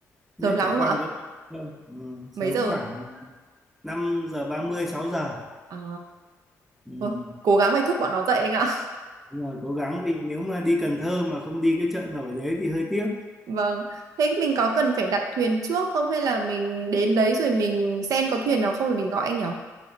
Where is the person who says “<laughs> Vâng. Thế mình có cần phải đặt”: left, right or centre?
Right